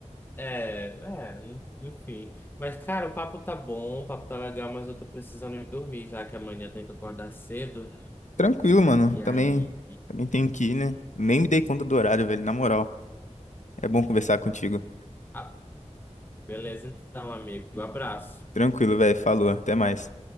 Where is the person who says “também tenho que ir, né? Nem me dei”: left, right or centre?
Left